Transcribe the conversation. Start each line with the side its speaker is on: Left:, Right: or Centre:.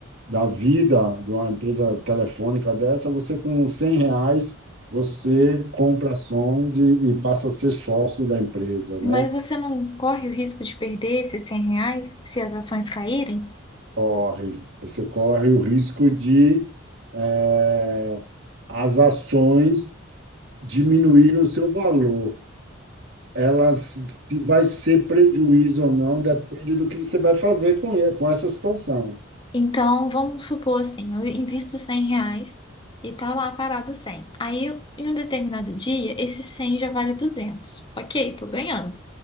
Right: da vida, de uma empresa telefônica dessa, você com 100 reais, você compra ações e, e passa a ser sócio da empresa, né?
Left: Mas você não corre o risco de perder esses 100 reais se as ações caírem?
Right: Corre, você corre o risco de eh, as ações diminuírem o seu valor. Ela se se vai ser prejuízo ou não, depende do que você vai fazer com, e- com essa situação.
Left: Então, vamos supor assim, eu invisto 100 reais e tá lá parado 100. Aí, eu- em um determinado dia, esse 100 já vale 200. Ok, tô ganhando.